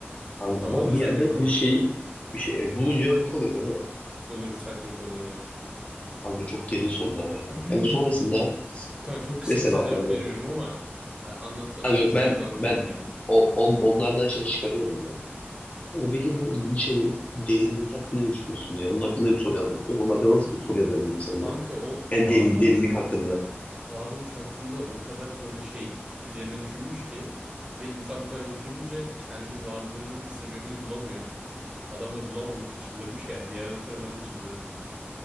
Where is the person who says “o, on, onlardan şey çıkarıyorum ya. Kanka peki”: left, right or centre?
Left